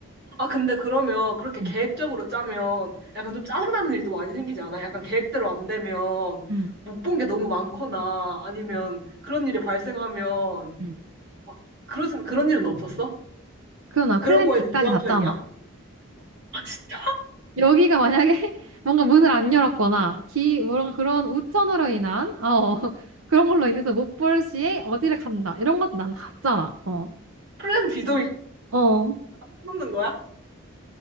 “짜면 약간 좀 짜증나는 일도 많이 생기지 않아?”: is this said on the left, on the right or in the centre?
Right